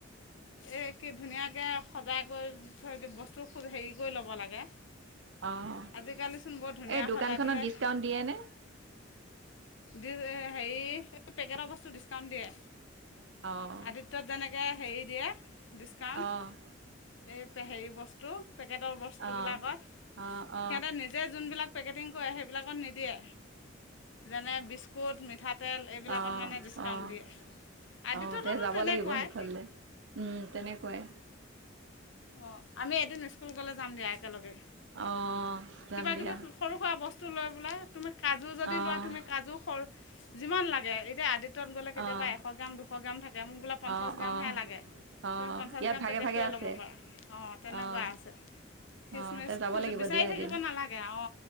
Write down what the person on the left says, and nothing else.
এই কি ধুনীয়াকে সজাই কৰি থৈ দি বস্তু খুব হেৰি কৰি ল'ব লাগে।
আজিকালিচোন বৰ ধুনীয়া
সজাই দিলে
<unintelligible> হেৰি পেকেটৰ বস্তু ডিচকাউণ্ট দিয়ে।
আদিত্যত যেনেকে হেৰি দিয়ে ডিছকাউণ্ট
এই পে হেৰি বস্তু পেকেটৰ বস্তুবিলাকত।
সিহঁতে নিজে যোনবিলাক পেকেটিং‌ সেইবিলাকত নিদিয়ে যেনে বিস্কুট, মিঠাতেল এইবিলাকত
মানে ডিছকাউণ্ট
দিয়ে আদিত্যটোতো
তেনেকুৱাই
অ' আমি এদিন স্কুল গ'লে‌ যাম দিয়া একেলগে।
কিবা
কিবি সৰু সুৰা বস্তু লৈ পেলাই তুমি কাজু যদি
লোৱা তুমি কাজু সৰ যিমান লাগে এতিয়া আদি তত গ'লে কেতিয়াবা
এশ গ্ৰাম দুশ গ্ৰাম থাকে, মোক বোলে পঞ্চাছ
গ্ৰামহে
লাগে।
তুমি পঞ্চাছ
গ্ৰাম
পেকেতটোৱে
ল'ব পাৰা। অ' তেনেকুৱা
আছে। খিচমিচ
খোজ
বিচাৰি
থাকিব
নালাগে অ